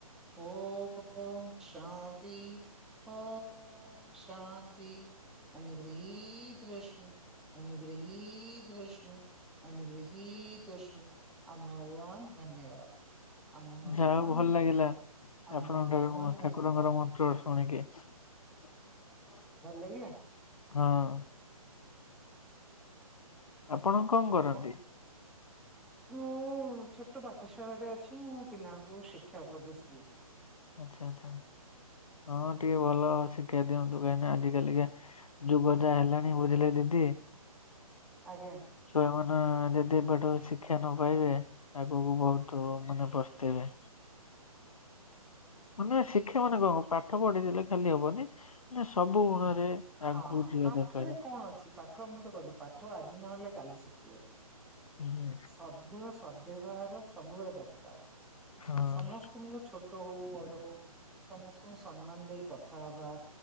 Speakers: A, in the centre; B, on the left.
A: ଓମ୍ ଶାନ୍ତି ଓଃ। ଓମ୍ ଶାନ୍ତି ଅନୁଗୃହୀତ ରଷ୍ମ। ଅନୁଗୃହୀତ ରଷ୍କ ଅନୁଗୃହୀତ ରଷ୍କ ଆମ ଉଆନ ଧନ୍ୟବାଦ। ଆଉ ମାନ
B: ଯାହା ହଉ ଭଲ
A: ଧନ୍ୟବାଦ
B: ଲାଗିଲା
A: ଆ
B: ଆପଣଙ୍କ
A: ମଗାନ
B: ଠାକୁରଙ୍କର
A: ଧନ୍ୟବାଦ।
B: <inaudible>
A: ଭଲ ଲାଗିଲା?
B: ହଁ ଆପଣ କଣ କରନ୍ତି?
A: ଆପଣ ମୁଁ ଛୋଟ ପାଠଶାଳା ଟେ ଅଛି ମୁଁ ପିଲାଙ୍କୁ ଶିକ୍ଷା ଉପଦେଶ ଦିଏ।
B: ଆଚ୍ଛା ଆଚ୍ଛା ହଁ ଟିକେ ଭଲ ଶିକ୍ଷା ଦିଅନ୍ତୁ, କାଇକିନା ଆଜି କାଲିକା ଯୁଗ ଯା ହେଲାଣି ବୁଝିଲେ ଦିଦି?
A: ଆଜ୍ଞା
B: ଛୁଆ ମାନ ଯଦି ଏବାଟରୁ ଶିକ୍ଷା ନ ପାଇବେ ଆଗକୁ ବହୁତ ତ ମାନେ ପସ୍ତେଇବେ। ମାନେ ଶିକ୍ଷା ମାନେ କଣ ପାଠ ପଢ଼ିଦେଲେ ଖାଲି ହବନି ନା ସବୁ
A: ହଁ
B: ଗୁଣ ରେ ଆଗକୁ ଯିବେ
A: ପାଠରେ
B: ନା କହିଲେ।
A: କଣ ଅଛି ପା ଠ ମୁଁ ତ କି ପାଠ ଆଜି ନହେଲେ କାଲି ଶିଖିବେ।
B: <inaudible>
A: <unintelligible> ସବୁବେଳେ ଦରକାର
B: ହଁ
A: ସମସ୍ତଙ୍କୁଙ୍କୁ ଛୋଟ ହଉ ବଡ ହଉ। ସମସ୍ତଙ୍କୁ ସମ୍ମାନ ଦେଇ କଥା ବା।